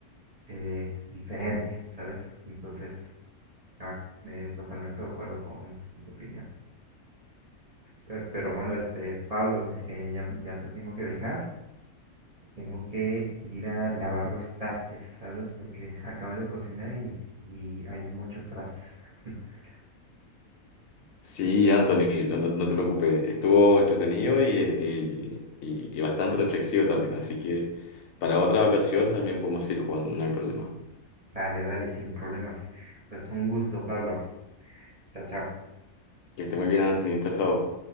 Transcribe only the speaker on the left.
Sí, Anthony, no, no- no te preocupes. Estuvo entretenido y, y- y- y bastante reflexivo también. Así que para otra ocasión también podemos ir jugando, no hay problema.
Que esté muy bien, Anthony. Chao, chao.